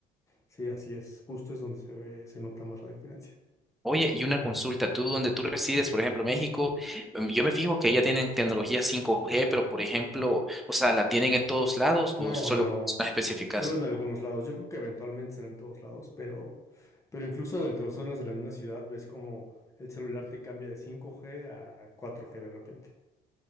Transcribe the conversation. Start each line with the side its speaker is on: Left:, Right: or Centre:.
Left: Sí, así es. Justo es donde se ve, se nota más la diferencia.
Centre: Oye, y una consulta, tú donde tú resides, por ejemplo, México, em, yo me fijo que ya tienen tecnología cinco g pero por ejemplo, o sea, ¿la tienen en todos lados
Left: No,
Centre: o solo
Left: no, no.
Centre: zonas específicas?
Left: Solo en algunos lados. Yo creo que eventualmente será en todos lados, pero, pero incluso dentro de zonas de la misma ciudad ves como el celular te cambia de 5G a 4G de repente.